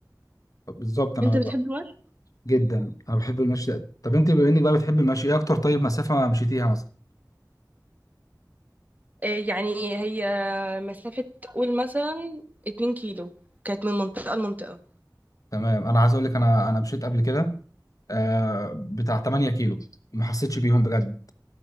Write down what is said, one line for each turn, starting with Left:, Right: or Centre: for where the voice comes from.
Left: بالظبط انا
Right: أنت
Left: ب-
Right: بتحب المشي؟
Left: جدا انا بحب المشي ده. طب انت بما انك بقى بتحب المشي ايه اكتر طيب مسافه مشيتيها مثلا
Right: آه، يعني هي مسافة قول مثلا 2 كيلو كانت من منطقة لمنطقة
Left: تمام انا عايز اقول لك انا انا مشيت قبل كده آه بتاع 8 كيلو ما حسيتش بيهم بجد